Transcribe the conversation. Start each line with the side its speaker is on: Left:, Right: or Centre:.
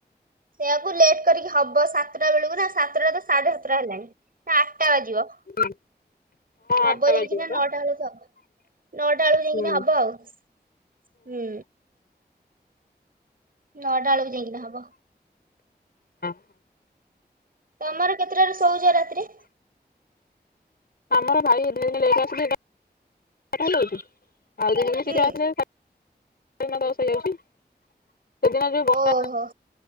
Right: ସେଇୟାକୁ ଲେଟ୍ କରିକି ହବ ସାତଟା ବେଳକୁ ନା ସାତଟା ତ ସାଢେ ସାତଟା ହେଲାଣି ଏଇନା ଆଠଟା ବାଜିବ।
Left: ହଁ।
Right: ହବ
Left: ଆଠଟା
Right: ଯାଇକିନା
Left: ବାଜିବ ବା
Right: ନଅଟା ବେଳକୁ ଆଉ ନଅଟା ବେଳକୁ ଯାଇକିନା
Left: ହୁଁ
Right: ହବ ଆଉ। ହୁଁ। ନଅଟା ବେଳକୁ ଯାଇକିନା ହବ।
Left: ହ।
Right: ତମର କେତେଟାରୁ ଶୋଉଛ ରାତିରେ?
Left: ଆମର ଭାଇ ଏବେ ଜିଦି ଲେଟେରେ ଆସିଲେ ଆଉ ଦିନେ ଦିନେ
Right: ହୁଁ।
Left: ଶୀଘ୍ର ଆସିବେ। ସବୁଦିନ ଦଶ ହେଇଯାଉଛି ସେଦିନ ଯୋଉ ବର୍ଷା
Right: ଓହୋ